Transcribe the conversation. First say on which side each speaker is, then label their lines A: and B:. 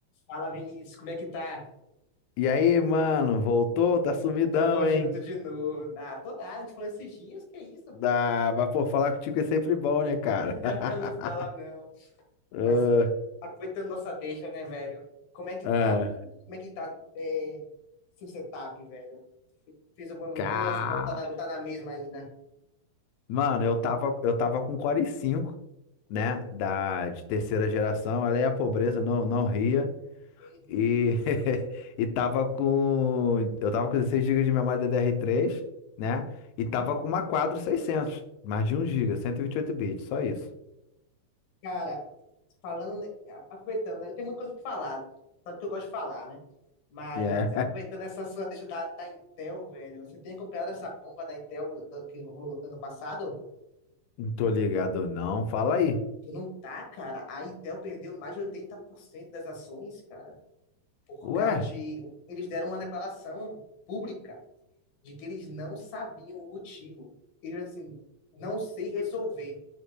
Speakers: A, on the left; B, on the left.
A: Fala, Vinícius, como é que tá?
B: E aí, mano, voltou? Tá sumidão,
A: Tamo junto
B: hein?
A: de novo. Ah, tô nada, a gente falou esses dias, que isso,
B: Dá,
A: pô?
B: mas pô, falar contigo é sempre bom, né, cara?
A: <laughs>
B: <laughs>
A: Não fala não.
B: Ah,
A: Mas aproveitando nossa deixa, né, velho? Como é que
B: ah.
A: tá, mano? Como é que tá é, seu setup, velho? Fez alguma mudança
B: Cá.
A: ou tá na, ou tá na mesma ainda?
B: Mano, eu tava, eu tava com Core i5, né? Da, de terceira geração. Olha aí a pobreza, não, não ria.
A: Uhum.
B: E, <laughs> e tava com. Eu tava com 16 gigas de memória DDR3, né? E tava
A: E,
B: com uma Quadro 600, mais de um giga, 128 bits, só isso.
A: Cara, falando, né, a- aproveitando, né, eu tenho muita coisa pra falar. Sabe que eu gosto de falar, né? Mas
B: Yeah.
A: aproveitando essa sua deixa da, da Intel, velho, você tem acompanhado essa bomba da Intel do, que rolou ano passado?
B: Não <laughs> tô ligado, não. Fala aí.
A: Tu não tá, cara. A Intel perdeu mais de 80% das ações, cara, por
B: Ué?
A: causa de. Eles deram uma declaração pública de que eles não sabiam o motivo. Eles assim, não sei resolver.